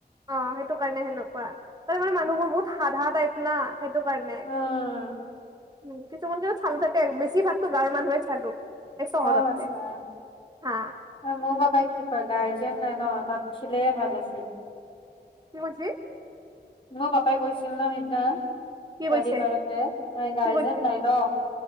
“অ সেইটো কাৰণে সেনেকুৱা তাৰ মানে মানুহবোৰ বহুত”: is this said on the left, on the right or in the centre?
Right